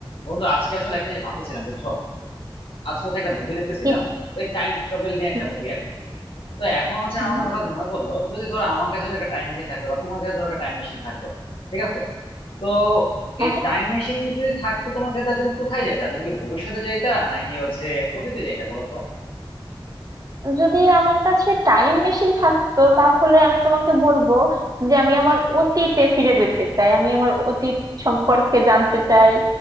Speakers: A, on the left (about 80°); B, on the right (about 40°).
A: বন্ধু আজকে আসলে একটা জিনিস ভাবতেছিলাম বুঝছো আজকে হচ্ছে একটা মুভি দেখতেছিলাম
B: কি
A: ওই টাইম ট্রাভেল নিয়ে একটা
B: হুম,
A: মুভি আর কি তো এখন হচ্ছে
B: হুম,
A: আমার কাছে হঠাৎ মনে পড়লো যদি ধরো আমার কাছে যদি একটা টাইম মেশিন থাকতো বা তোমার কাছে ধরো একটা টাইম মেশিন থাকতো ঠিক আছে তো
B: হ্যাঁ
A: এই টাইম মেশিন যদি থাকতো তোমার কাছে তাহলে তুমি কোথায় যাইতা তুমি কি ভবিষ্যতে যাইতা নাকি হচ্ছে অতীতে যাইতা বলো তো
B: যদি আমার কাছে টাইম মেশিন থাকতো তাহলে আমি তোমাকে বলবো যে আমি আমার অতীতে ফিরে যেতে চাই আমি আমার অতীত সম্পর্কে জানতে চাই